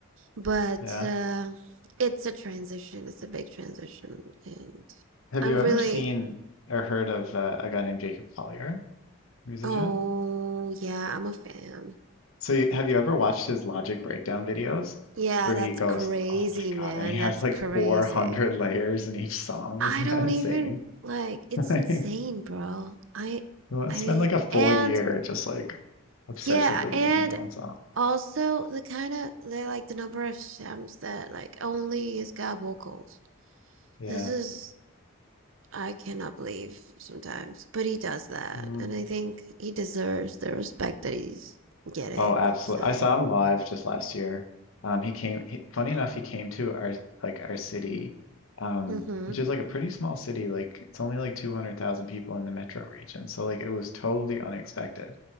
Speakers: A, on the right; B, on the left.
A: but
B: Yeah.
A: uh, it's a transition. It's a big transition, and
B: Have
A: I'm
B: you ever
A: really,
B: seen or heard of uh, a guy named Jacob Collier, musician?
A: oh yeah, I'm a fan.
B: So you, have you ever watched his Logic breakdown videos
A: Yeah,
B: where he
A: that's
B: goes,
A: crazy,
B: "Oh my
A: man.
B: God," and he has
A: That's
B: like
A: crazy.
B: 400 layers in each song.
A: I
B: Isn't
A: don't
B: that insane?
A: even like. It's
B: <laughs> Like,
A: insane,
B: you
A: bro. I,
B: wanna
A: I
B: spend
A: mean,
B: like a full
A: and
B: year just like obsessively
A: yeah, and
B: making one song.
A: Also, the kind of they like the number of Shams that like only his God vocals.
B: Yeah.
A: This is I cannot believe sometimes, but he does that,
B: Hmm.
A: and I think he deserves the respect that he's getting.
B: Oh, absolutely.
A: So,
B: I saw him live just last year. Um, he came, he, funny enough,
A: uh,
B: he came to our, like our city, um,
A: mm-hmm.
B: which is like a pretty small city. Like it's only like 200,000 people in the metro region. So like it was totally unexpected,